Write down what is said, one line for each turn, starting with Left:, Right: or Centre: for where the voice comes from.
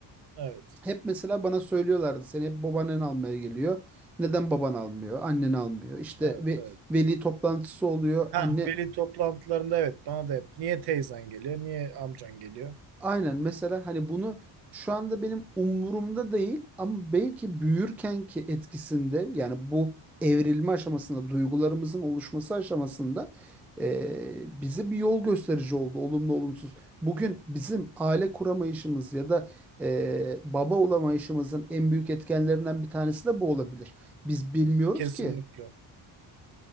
Right: Evet.
Centre: Hep mesela bana söylüyorlardı seni hep babaannen almaya geliyor. Neden baban almıyor, annen almıyor? İşte
Right: Evet,
Centre: ve
Right: evet.
Centre: veli toplantısı oluyor.
Right: Ha,
Centre: Anne
Right: veli toplantılarında evet bana da hep niye teyzen geliyor, niye amcan geliyor?
Centre: Aynen mesela hani bunu şu anda benim umurumda değil ama belki büyürkenki etkisinde yani bu evrilme aşamasında duygularımızın oluşması aşamasında e, bize bir yol gösterici oldu olumlu olumsuz. Bugün bizim aile kuramayışımız ya da e, baba olamayışımızın en büyük etkenlerinden bir tanesi de bu olabilir. Biz bilmiyoruz
Right: Kesinlikle.
Centre: ki